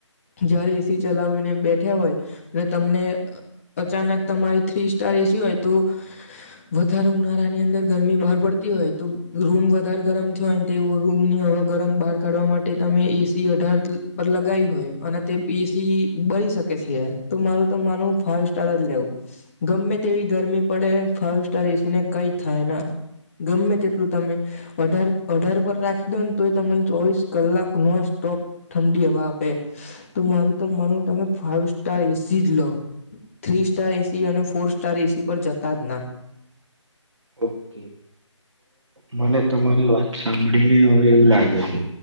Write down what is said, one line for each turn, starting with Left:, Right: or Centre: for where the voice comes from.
Left: જય્યારે એ સી ચલાવીને બેઠ્યા હોય. તમને અ અચાનક તમારી થ્રી સ ટાર એ સી હોય તો, વધ દર ઉનાળા ની અંદર ગરમી બહાર પડતી હોય તો રૂમ વધારે ગરમ થયો હોયને તે રૂમ ની હવા ગરમ બહાર કાઢવા માટે તમે એ સી અઢાર પર લગાવી હોય અને તે બીસ થી બળી શકે છે, તો મારું તો માનો ફાઈવ સ્ટાર જ લેવું ગમે તેવી ગરમી પડે ફ તાર એ સી ને કઈ થાય ના ગમે એટલું તમે અઢાર, અઢાર પર રાખી દો ને તો એ તમન ચોવીસ કલાક નોન સ્ટોપ ઠંડી હવા આપે તો મારું તો માનો તમે ફાઇવ સ્ટાર એ સી જ લો થ્રી સ્ટાર એ સી અને ફોર સ્ટાર એ સી પર જતા જ ના
Right: ઓકે મને તમારી વાત સાંભળીને હવે એવું લાગે છે,